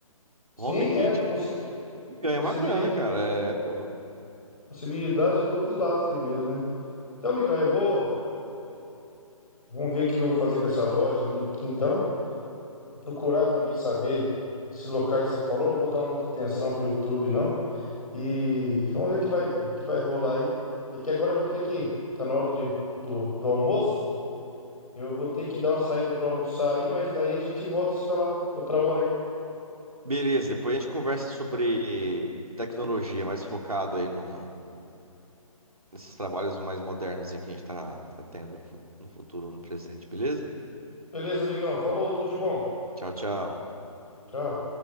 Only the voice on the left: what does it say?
Sim,
é, tem possi
possibilidade,
possibilidade de todos os lados tem mesmo, né? Então, amigão, eu vou. Vamos ver o que eu vou fazer com essa loja minha aqui, então. Procurar também saber esse local que você falou. Não vou dar muita atenção pro YouTube, não. E vamos ver o que vai, o que vai rolar aí. É que agora eu vou ter que. Tá na hora de, do, do almoço. Eu vou ter que dar uma saída pra almoçar aí, mas aí a gente volta a se falar outra hora aí.
Beleza, amigão? Falou, tudo de bom.
Tchau.